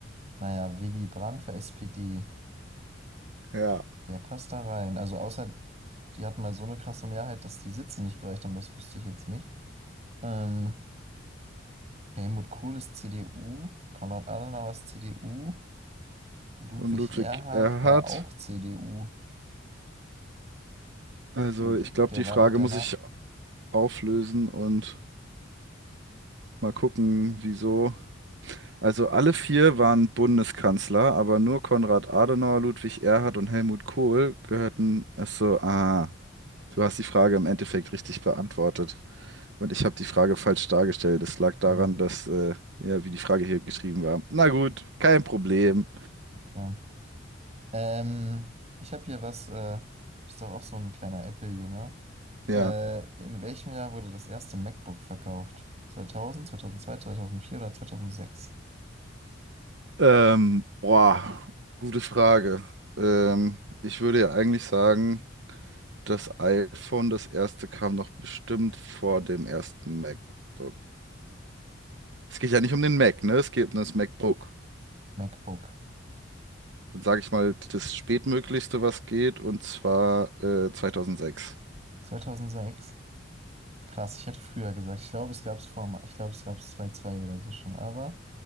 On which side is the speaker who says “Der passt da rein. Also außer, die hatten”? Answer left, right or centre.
Right